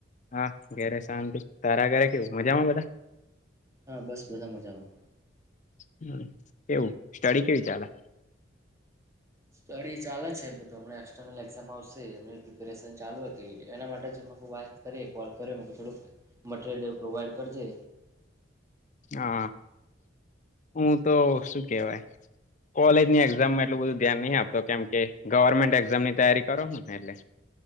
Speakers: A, on the left; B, on the right.
A: હા ઘેરે શાંતિ તારા ઘરે કેવું મજામાં બધા.
B: હા બસ બધા મજામાં.
A: હ કેવું સ્ટડી કેવી ચાલે.
B: સ્ટડી ચાલે છે તો હમના એક્સટર્નલ એક્ઝામ આવશે અને ડિપ્રેસન ચાલુ હું થઈ ગયું એના માટે જ મા વાત કરીએ કોલ કર્યો મ થોડુંક મટરિયલ પ્રોવાઈડ કરજે.
A: હા હું તો શું કેવાય કોલેજની એક્ઝામમાં એટલું બધું ધ્યાન નહી આપતો કેમકે ગવર્મેન્ટ એક્ઝામની તૈયારી કરોને એટલે